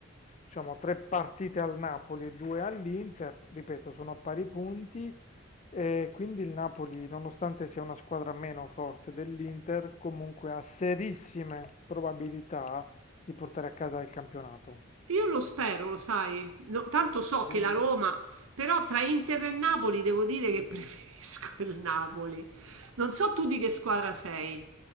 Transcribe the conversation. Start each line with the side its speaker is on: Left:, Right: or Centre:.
Left: diciamo tre partite al Napoli e due all'Inter, ripeto sono a pari punti e quindi il Napoli nonostante sia una squadra meno forte dell'Inter comunque ha serissime probabilità di portare a casa il campionato.
Right: Io lo spero, lo sai. No, tanto so
Left: Sì?
Right: che la Roma, però tra Inter e Napoli devo dire che <laughs> preferisco il Napoli. Non so tu di che squadra sei.